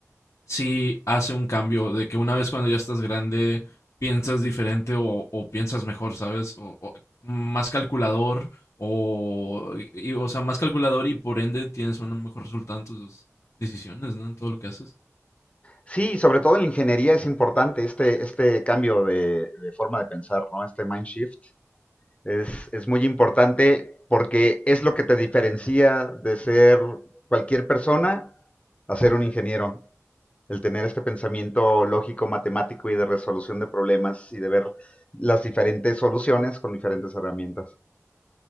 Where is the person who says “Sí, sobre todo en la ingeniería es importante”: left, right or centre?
Left